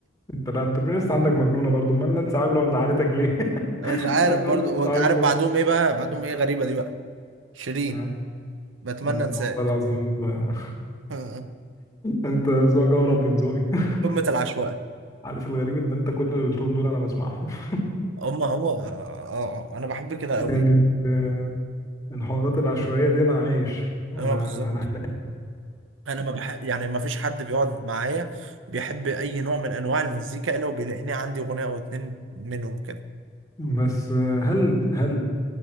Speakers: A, on the left (about 15°); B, on the right (about 75°).
A: انت لا انت لسه عندك مجنونه برضو امال نانسي عجرم زعلتك ليه؟
B: <laughs> مش
A: <laughs>
B: عارف
A: لا تقول
B: برضو
A: نانسي عجرم
B: عارف بعدهم ايه بقى بعدهم ايه غريبه دي بقى شيرين
A: آه.
B: بتمنى
A: انت
B: انساك
A: والله العظيم <laughs> آه،
B: <laughs>
A: انت ذوقك اقرب من ذوقي <laughs>
B: قمه العشوائيه
A: عارف الغريب ان انت كل اللي قلتهم دول انا بسمعهم <laughs>
B: اما هو آه آه، آه، انا بحب كده
A: يعني
B: قوي
A: آه، الحوارات العشوائيه دي انا عايش انا
B: انا بالظبط
A: اه انا
B: انا ما بح... يعني ما فيش حد بيقعد معايا بيحب اي نوع من انواع المزيكا الا وبيلاقيني عندي اغنيه او اتنين منهم كده
A: <laughs> بس آه، هل هل